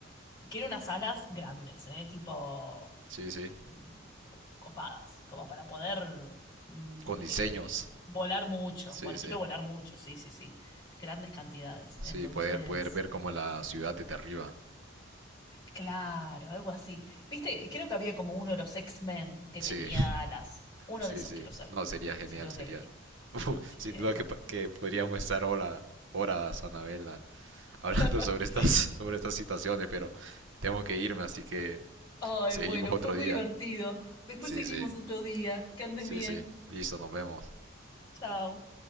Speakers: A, on the left; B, on the right.
A: Quiero unas alas grandes, ¿eh? Tipo
B: Sí, sí.
A: mm, copadas, como para poder mm,
B: Con diseños.
A: eh, volar mucho.
B: Sí,
A: Vol-
B: sí.
A: quiero volar mucho, sí, sí, sí. Grandes cantidades.
B: Sí,
A: Entonces,
B: poder, poder ver como
A: eh,
B: la ciudad desde arriba.
A: claro, algo así. Viste, creo que había como uno de los X-Men que
B: Sí.
A: tenía alas. Uno
B: Sí,
A: de esos
B: sí.
A: quiero ser,
B: No, sería genial,
A: si tengo
B: sería.
A: que elegir.
B: <laughs>
A: Así
B: sin
A: que,
B: duda
A: me-
B: que, pa- que podríamos estar hola, horas, Anabela, <laughs> hablando
A: <laughs>
B: sobre estas, <laughs>
A: sí.
B: sobre estas situaciones, pero tengo que irme, así que
A: Ay,
B: seguimos
A: bueno,
B: otro
A: fue muy
B: día.
A: divertido. Después
B: Sí,
A: seguimos
B: sí,
A: otro día. Que andes
B: sí,
A: bien.
B: sí. Listo, nos vemos.
A: Chao.